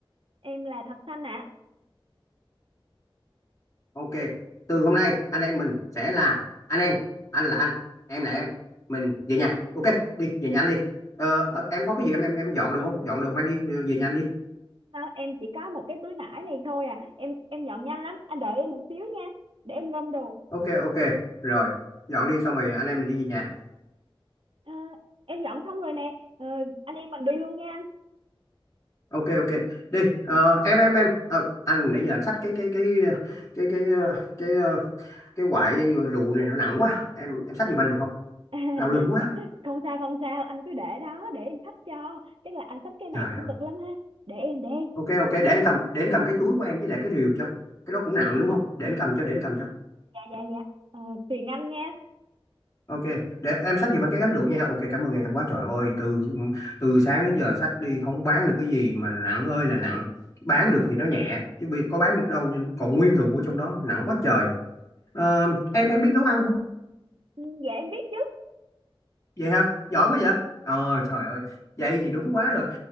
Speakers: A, on the right; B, on the left.
A: Em là Thật Xanh ạ
B: ok từ hôm nay anh em mình sẽ là anh em anh là anh em là em mình về nhà ok đi về nhà anh đi Ờ, ở- em có cái gì em em em dọn đồ không dọn đồ mang đi ờ, về nhà anh đi
A: Ờ, Em chỉ có một cái túi nải này thôi à Em em dọn nhanh lắm Anh đợi em một xíu nha Để em gom đồ
B: ok ok rồi dọn đi xong rồi anh em mình đi về nhà
A: Ờ, Em dọn xong rồi nè Ờ, Anh em mình đi luôn nha anh.
B: ok ok đi Ờ, em em em Ờ, anh nãy giờ anh xách cái cái cái cái cái ờ, cái ờ, cái quại rượu này nó nặng quá em em xách giùm anh được không
A: không <laughs>
B: đau lưng quá
A: không sao không sao anh cứ để đó để em xách cho chắc là anh xách cái này
B: trời
A: cũng
B: ơi
A: cực lắm ha để em để em
B: ok ok để anh cầm để anh cầm cái túi của em với lại cái rìu cho cái đó cũng nặng
A: ừ,
B: đúng
A: ừ,
B: không để anh cầm cho để anh cầm cho
A: dạ dạ dạ ờ, phiền anh nha
B: ok để em xách giùm anh cái gánh rượu nha ok cảm ơn em quá trời ơi từ từ sáng đến giờ xách đi không bán được cái gì mà nặng ơi là nặng bán được thì nó nhẹ chứ bây có bán được đâu nhưng còn nguyên rượu ở trong đó nặng quá trời Ờ, em em biết nấu ăn không
A: Ừ, dạ em biết chứ
B: vậy hả giỏi quá vậy ờ trời ơi vậy thì đúng quá rồi